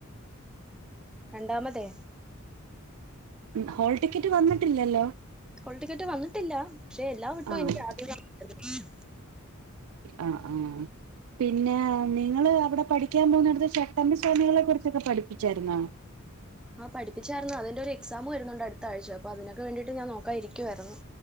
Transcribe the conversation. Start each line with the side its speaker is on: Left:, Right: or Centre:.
Centre: രണ്ടാമതേ
Right: ഹോൾ ടിക്കറ്റ് വന്നിട്ടില്ലല്ലോ
Centre: ഹോൾ ടിക്കറ്റ് വന്നിട്ടില്ല പക്ഷെ എല്ലാ വെട്ടോം
Right: ആഹ്
Centre: എനിക്ക് ആദ്യം <unintelligible>
Right: ആ ആ പിന്നെ നിങ്ങള് അവിടെ പഠി പഠിക്കാൻ പോന്നടുത്ത് ചട്ടമ്പി സ്വാമികളെ കുറിച്ചൊക്കെ പഠിപ്പിച്ചായിരുന്ന
Centre: ആ പഠിപ്പിച്ചായിരുന്നു അതിന്റെ ഒരു എക്സാം വരുന്നുണ്ട് അടുത്ത ആഴ്ച അപ്പൊ അതിനൊക്കെ വേണ്ടിട്ട് ഞാൻ നോക്കാ ഇരിക്കുവായിരുന്നു